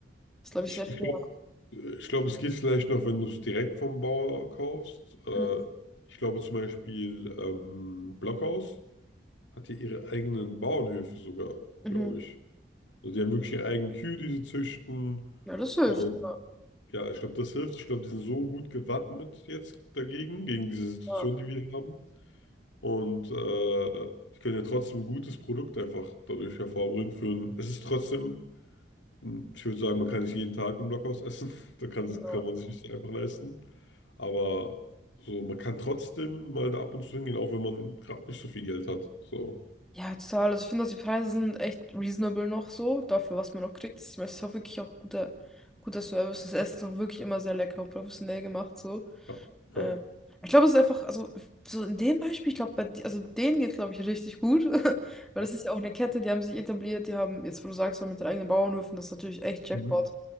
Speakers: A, in the centre; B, on the left (about 85°).
A: Das ist, glaube
B: Ich,
A: ich, sehr schwer.
B: ich glaube, ich glaub, es geht vielleicht noch, wenn du es direkt vom Bauer kaufst. Äh,
A: Mhm.
B: ich glaube zum Beispiel ähm, Blockhaus hat ja ihre eigenen Bauernhöfe sogar,
A: Mhm.
B: glaube ich. Also die haben wirklich ihre eigenen Kühe, die sie züchten.
A: Ja, das hilft.
B: Und
A: Ja,
B: ja, ich glaube, das hilft. Ich glaube, die sind so gut gewappnet jetzt dagegen, gegen diese Situation,
A: ja,
B: die wir haben. Und äh, die können ja trotzdem ein gutes Produkt einfach dadurch hervorbringen. Für ein, es ist trotzdem Ähm, Ich würde sagen, man kann nicht jeden Tag im Blockhaus essen. <laughs> Da kann, das
A: ja.
B: kann man sich nicht einfach leisten. Aber so, man kann trotzdem mal da ab und zu hingehen, auch wenn man gerade nicht so viel Geld hat. So,
A: Ja, total. Also ich finde, dass die Preise sind echt reasonable noch so, dafür, was man noch kriegt. Ich meine, es ist auch wirklich auch guter, guter Service. Das Essen ist auch wirklich immer sehr lecker und professionell gemacht so.
B: ja,
A: Äh,
B: ja,
A: ich glaube, es ist einfach, also so in dem Beispiel, ich glaube, bei die- also denen geht es, glaube ich, richtig gut. <laughs>
B: ja.
A: Weil das ist ja auch eine Kette, die haben sich etabliert, die haben, jetzt wo du sagst, so mit den eigenen Bauernhöfen, das ist natürlich echt Jackpot.
B: Mhm.